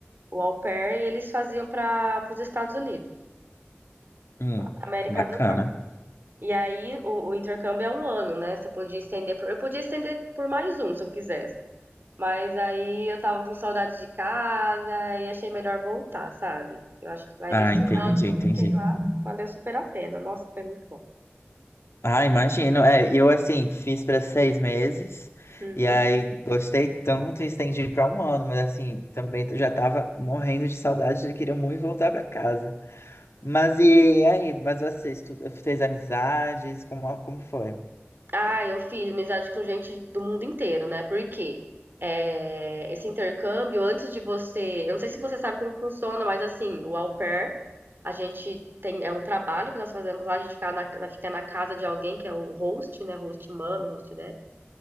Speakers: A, on the right (about 50°); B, on the left (about 75°).
A: o au pair, eles faziam para os Estados Unidos,
B: Hum,
A: pra América
B: bacana.
A: do Norte. E aí o, o intercâmbio é um ano, né? Você podia estender por, eu podia estender por mais um, se eu quisesse. Mas aí eu tava com saudade de casa e achei melhor voltar, sabe? Eu acho que mais
B: Ah,
A: esse
B: entendi,
A: ano que
B: entendi.
A: eu fiquei lá, valeu super a pena. Nossa, foi muito bom.
B: Ah, imagino. É, eu assim fiz para seis meses
A: Uhum.
B: e aí gostei tanto e estendi para um ano, mas assim também já tava morrendo de saudade e queria muito voltar para casa. Mas e aí? Mas você estuda, fez amizades? Como, como foi?
A: Ah, eu fiz amizade com gente do mundo inteiro, né? Porque é, esse intercâmbio, antes de você. Eu não sei se você sabe como funciona, mas assim, o au pair, a gente tem. É um trabalho que nós fazemos lá, a gente fica na, na- fica na casa de alguém, que é o host, né? Host mama, host dad.